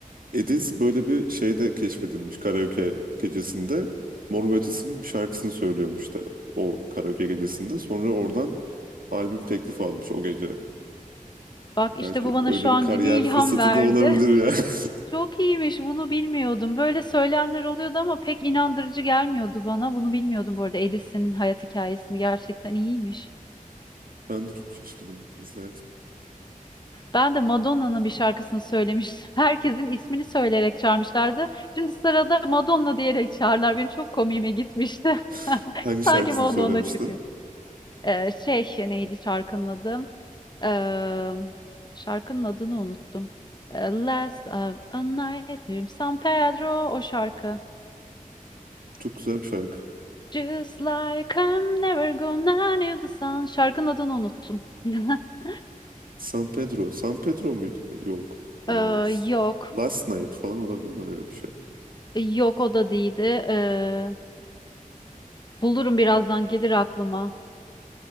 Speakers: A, on the right (about 80°); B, on the left (about 30°).
A: Ediz böyle bir şeyde keşfedilmiş karaoke gecesinde. Mor ve Ötesi'nin bir şarkısını söylüyormuş da o karaoke gecesinde. Sonra oradan albüm teklifi almış o gece.
B: Bak işte
A: Belki
B: bu bana
A: öyle
B: şu an
A: bir kariyer
B: gibi ilham
A: fırsatı
B: verdi.
A: da olabilir
B: <laughs>
A: yani. <laughs>
B: Çok iyiymiş bunu bilmiyordum. Böyle söyleyenler oluyordu ama pek inandırıcı gelmiyordu bana. Bunu bilmiyordum bu arada Edison'ın hayat hikayesini gerçekten iyiymiş.
A: Ben de çok şaşırdım izlerken.
B: Ben de Madonna'nın bir şarkısını söylemiştim. <laughs> Herkesin ismini söyleyerek çağırmışlardı. Şimdi sırada Madonna diyerek çağırlar. Benim çok komiğime gitmişti.
A: <laughs>
B: <laughs>
A: Hangi şarkısını
B: Sanki Madonna
A: söylemiştin?
B: çıkıyor. Ee, şey neydi şarkının adı? Eee, şarkının adını unuttum. Eh, Last of a Night in San Pedro o şarkı.
A: Çok güzel bir şarkı.
B: Just like I'm never gonna leave the sun. Şarkının adını unuttum. <laughs>
A: San Pedro. San Pedro muydu? Yok. Olamaz.
B: Eee, yok.
A: Last Night falan olabilir mi öyle bir şey?
B: Yok o da değildi. Eee, bulurum birazdan gelir aklıma.